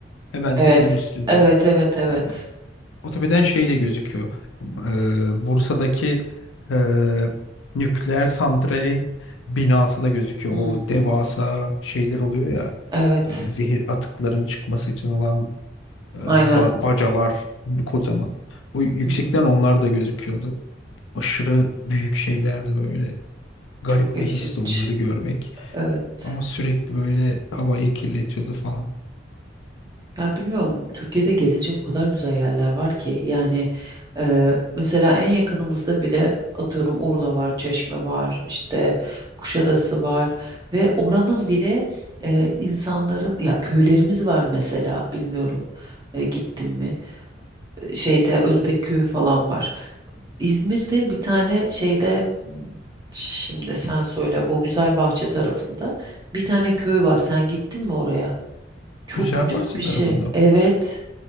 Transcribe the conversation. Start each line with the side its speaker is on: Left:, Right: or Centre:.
Left: Hemen
Right: Evet.
Left: tepenin üstünde.
Right: Evet, evet, evet.
Left: Yani Otobeden şey de gözüküyor. Ee, Bursa'daki e, nükleer santralin binası da gözüküyor.
Right: Hmm,
Left: O devasa şeyler oluyor ya.
Right: Evet,
Left: e, zehir atıkların çıkması için olan e, ba-
Right: aynen.
Left: bacalar kocaman. O yüksekten
Right: Hmm,
Left: onlar da gözüküyordu. Aşırı büyük şeylerdi böyle. Garip
Right: çok ilginç.
Left: bir histi onları görmek.
Right: Evet.
Left: Ama sürekli böyle havayı kirletiyordu falan.
Right: Ya bilmiyorum Türkiye'de gezecek o kadar güzel yerler var ki yani eee, mesela en yakınımızda bile atıyorum Urla var, Çeşme var, işte Kuşadası var ve oranın bile eee, insanların ya köylerimiz var mesela bilmiyorum e, gittim mi E, şeyde Özbek köyü falan var. İzmir'de bir tane şeyde hmm, şimdi sen söyle bu güzel bahçe tarafında bir tane köy var sen gittin mi oraya? Çok
Left: Güzelbahçe
Right: küçük bir
Left: tarafında.
Right: şey evet.